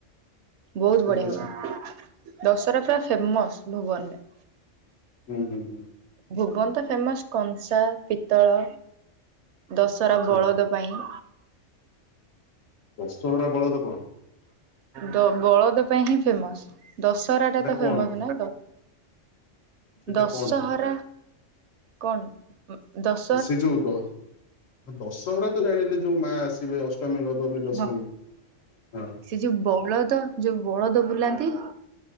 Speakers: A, on the right; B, on the left.
A: ବୋହୁତ୍
B: ଠିକ
A: ବଢ଼ିଆ
B: ଅଛି
A: ହବ। ଦଶରା ପୁରା ଫେମସ୍ ଭୁବନରେ।
B: ହୁଁ ହୁଁ ହୁଁ।
A: ଭୁବନ ତ ଫେମସ୍ କଂସା, ପିତ୍ତଳ, ଦଶହରା
B: ଆଚ୍ଛା
A: ବଳଦ ପାଇଁ।
B: ଦଶହରା ବଳଦ କଣ?
A: ଦ ବଳଦ ପାଇଁ ହିଁ ଫେମସ୍ ଦଶରା
B: ସେଟା
A: ଟା ତ
B: କଣ
A: ଫେମସ୍ ନାଇଁ ତ
B: ସେଟା
A: ଦଶହରା
B: କଣଟା
A: କଣ ଦଶ୍
B: ସେ ଯୋଉ ଦ ଦଶହରା <unintelligible> ଜାଣିଲି ଯୋଉ ମା ଆସିବେ ଅଷ୍ଟମୀ, ନବମୀ, ଦଶମୀ
A: ହଁ
B: ହଁ।
A: ସେ ଯୋଉ ବଳଦ ଯୋଉ ବଳଦ ବୁଲାନ୍ତି।